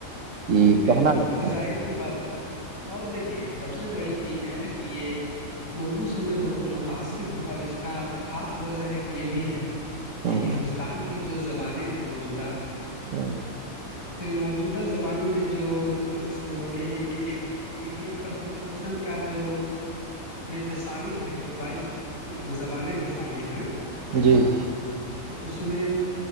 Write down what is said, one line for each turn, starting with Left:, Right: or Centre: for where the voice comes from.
Right: کہ
Left: بالکل
Right: کہنا نہیں
Left: ظاہر سی بات ہے اور دیکھیے سب سے بڑی چیز ہے کہ یہ اردو سے میں بہت متاثر ہوں اب اس کا خاص وجہ ہے کہ یہ بھی ہے
Right: ہے
Left: کہ ہندوستان کی جو زبانیں ہیں موجودہ
Right: ہوں
Left: موجودہ زمانوں میں جو اس کو کہیے کہ انڈین کانسٹیٹیوشن کا جو میں جو شامل ہے جو بائیس جو زبانیں جو شامل ہیں
Right: جی
Left: تو اس میں